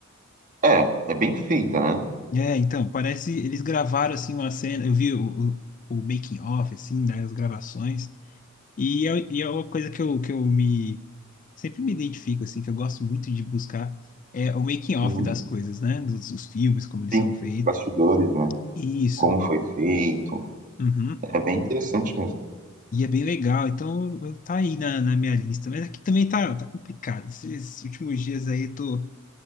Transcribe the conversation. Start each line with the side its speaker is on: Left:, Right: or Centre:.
Right: É, é bem feita, né?
Left: É, então, parece eles gravaram assim uma cena, eu vi o, o, o making of assim, né, as gravações, e é, e é uma coisa que eu, que eu me sempre me identifico assim, que eu gosto muito de buscar é o making of
Right: Uhum.
Left: das coisas, né, dos, dos filmes, como eles
Right: Sim.
Left: são feitos.
Right: Bastidores, né?
Left: Isso.
Right: Como foi feito.
Left: Uhum.
Right: É bem interessante mesmo.
Left: E é bem legal, então eu- tá aí na, na minha lista, mas aqui também tá, tá complicado. Esses últimos dias aí eu tô